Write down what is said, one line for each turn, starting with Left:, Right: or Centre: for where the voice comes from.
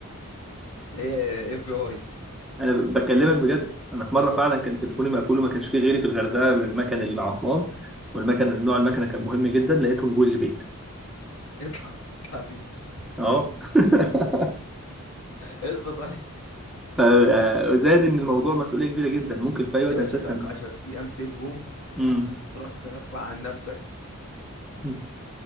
Left: ايه اف بي اي
Centre: انا ب- بكلمك بجد انا في مره فعلا كان تليفوني مقفول وما كانش فيه غيري في الغردقه المكن اللي عطلان والمكن نوع المكنه كان مهم جدا لقيتهم جوه البيت
Left: اطلع اطلع بيه
Centre: اه <laughs>
Left: اثبت عليه
Centre: ف- آه، وزائد ان الموضوع مسؤوليه كبيره جدا ممكن في اي وقت
Left: يا باشا
Centre: اساسا
Left: تقعد 10 ايام سيبهم
Centre: امم
Left: تروح ترفع عن نفسك
Centre: <laughs>